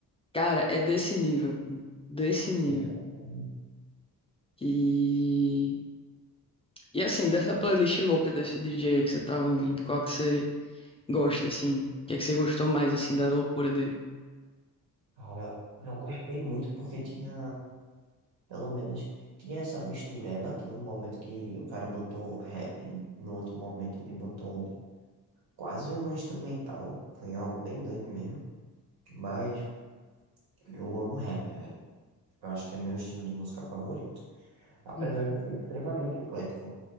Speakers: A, on the left (about 15°); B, on the right (about 75°).
A: Cara, é desse nível, pô, desse nível.
B: exatamente.
A: E, e assim, dessa playlist louca desse DJ que você tava ouvindo, qual que você gosta, assim? O que é que você gostou mais, assim, da loucura dele?
B: Cara, eu gostei muito porque tinha Pelo menos tinha essa mistureba. Tinha um momento que o cara botou rap, no outro momento ele botou quase um instrumental. Foi algo bem doido mesmo. Mas eu amo rap, velho. Eu acho que é meu estilo de música favorito. Apesar
A: Hum.
B: de ser extremamente eclético.